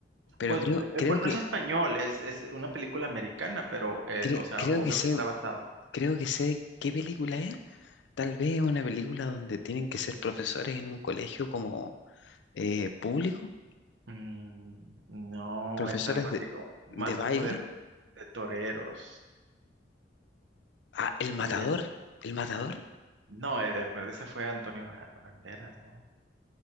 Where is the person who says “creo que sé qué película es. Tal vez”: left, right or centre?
Left